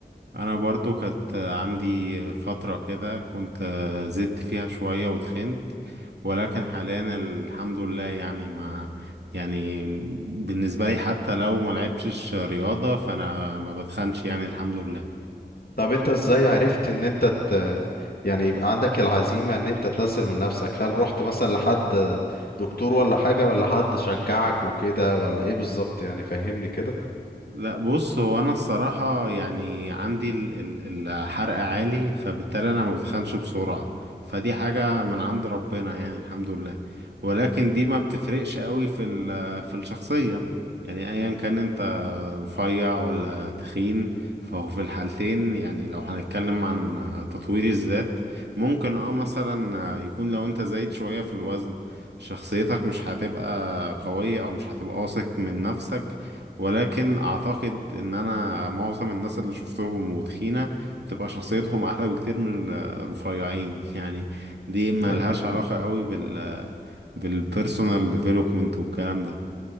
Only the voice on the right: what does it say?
انا برضو كانت عندي فترة كده كنت زدت فيها شوية وتخنت ولكن حاليا الحمد لله يعني ما يعني بالنسبة لي حتى لو ما لعبتش رياضة فانا ما بتخنش يعني الحمد لله
لا بص هو انا الصراحة يعني عندي ال- ال- الحرق عالي فبالتالي انا ما بتخنش بسرعة فدي حاجة من عند ربنا يعني الحمد لله ولكن دي ما بتفرقش قوي في ال- في الشخصية يعني ايا كان انت رفيع ولا تخين فهو في الحالتين يعني لو هنتكلم عن آه، تطوير الذات ممكن اه مثلا آه، يكون لو انت زايد شوية في الوزن شخصيتك مش هتبقى قوية او مش هتبقى واثق من نفسك ولكن اعتقد ان انا معظم الناس اللي شفتهم وتخينة بتبقى شخصيتهم احلى بكتير من الرفيعين <laughs> يعني دي ملهاش
علاقة قوي بال بالبيرسونال ديفلوبمنت والكلام ده